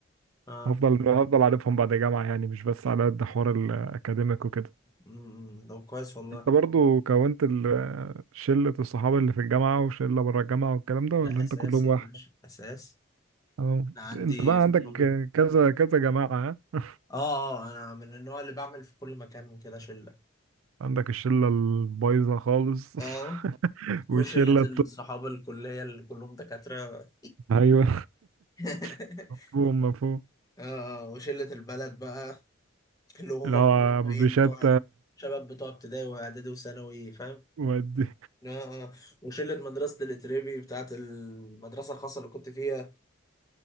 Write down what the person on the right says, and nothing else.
هفضل هفضل عارفهم بعد الجامعة يعني مش بس على قد حوار الأكاديميك وكده
انت برضو كونت ال- شلة الصحاب اللي في الجامعة وشلة بره الجامعة والكلام ده ولا
انت
كلهم
واحد؟
اه
انت بقى
عندك كذا كذا جماعة ها؟
عندك الشلة البايظة خالص
<laughs> والشلة
الت-
ايوه
<laughs> مفهوم مفهوم
اللي
هو بشتى
<laughs> ودي